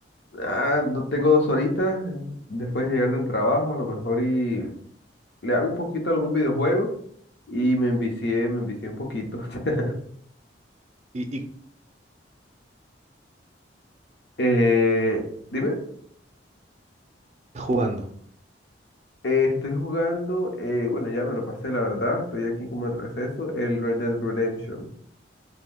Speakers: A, on the left; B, on the right.
A: ah, no tengo dos horitas eh, después de llegar del trabajo, a lo mejor y le hago un poquito a algún videojuego y me envicié, me envicié un poquito. <laughs>
B: ¿Y, y qué
A: Eh, dime,
B: estás jugando?
A: eh, estoy jugando, eh, bueno, ya me lo pasé, la verdad, estoy aquí como en receso, el Red Dead Redemption.